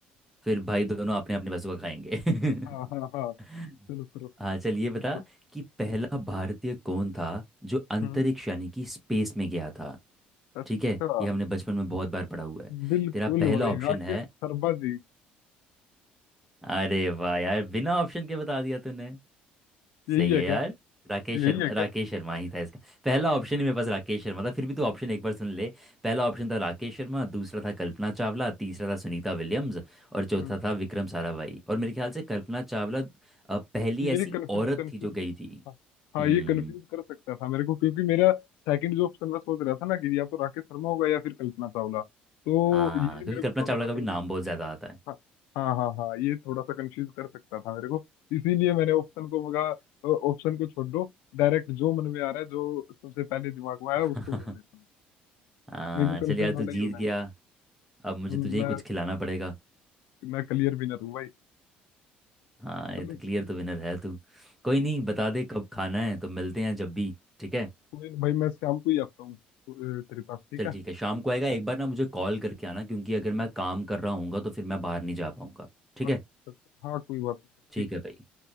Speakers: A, in the centre; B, on the left.
A: फिर भाई दोनों अपने अपने पैसों का खाएंगे
B: हाँ हाँ हाँ
A: <laughs>
B: चलो करो
A: हाँ चल
B: पूछो
A: ये बता कि पहला भारतीय कौन था जो अंतरिक्ष
B: हम्म
A: यानी कि स्पेस में गया था
B: अच्छा
A: ठीक है ये हमने बचपन में बहुत बार पढ़ा हुआ है
B: बिल्कुल
A: तेरा पहला
B: भाई
A: ऑप्शन
B: राकेश
A: है
B: शर्मा जी
A: अरे वाह यार बिना ऑप्शन के बता दिया तूने
B: यही
A: सही
B: है
A: है
B: क्या?
A: यार राकेश
B: यही
A: शर्मा
B: है क्या
A: राकेश शर्मा ही था इसका पहला ऑप्शन
B: हम्म,
A: ही मेरे पास राकेश शर्मा था फिर भी तू ऑप्शन एक बार सुन ले पहला ऑप्शन था राकेश शर्मा दूसरा था कल्पना चावला तीसरा था सुनीता विलियम्स और चौथा
B: हम्म,
A: था विक्रम साराभाई और मेरे ख्याल से कल्पना चावला अ, पहली
B: ये
A: ऐसी
B: कंफ्यूज
A: औरत
B: कंफ्यूज
A: थी जो गई थी
B: हाँ हाँ,
A: हम्म
B: ये कंफ्यूज कर सकता था मेरे को क्योंकि मेरा सेकंड जो ऑप्शन मैं सोच रहा था ना कि या तो राकेश शर्मा होगा या फिर कल्पना चावला तो
A: हाँ
B: ये
A: क्योंकि
B: मेरे
A: कल्पना
B: को थोड़ा
A: चावला
B: सा
A: का
B: कंफ्यूज
A: भी नाम बहुत ज़्यादा आता है
B: हाँ हाँ हाँ हाँ ये थोड़ा सा कंफ्यूज कर सकता था मेरे को इसीलिए मैंने ऑप्शन को मगा ऑप्शन को छोड़ दो डायरेक्ट जो मन में आ रहा है जो सबसे पहले दिमाग में
A: <laughs>
B: आया उसको बोल देता हूँ
A: हाँ
B: नहीं तो
A: चल
B: कंफ्यूज
A: यार
B: होना
A: तू
B: ही
A: जीत
B: होना है
A: गया अब मुझे
B: हम्म,
A: तुझे ही
B: मैं
A: कुछ खिलाना पड़ेगा
B: मैं क्लियर विनर हूँ भाई
A: हाँ
B: चलो
A: ये तो क्लियर तो विनर है तू कोई
B: हम्म,
A: नहीं बता दे कब खाना है तो मिलते हैं जब भी ठीक है
B: कोई नहीं भाई मैं शाम को ही आता हूँ तो, अ, तेरे पास ठीक
A: चल
B: है
A: ठीक है शाम को आएगा एक बार ना मुझे कॉल करके आना क्योंकि अगर मैं
B: हाँ,
A: काम कर रहा हूँगा तो फिर मैं बाहर नहीं जा पाऊंगा ठीक
B: अच्छा
A: है
B: अच्छा हाँ कोई बात नहीं
A: ठीक
B: ठीक
A: है
B: है
A: भाई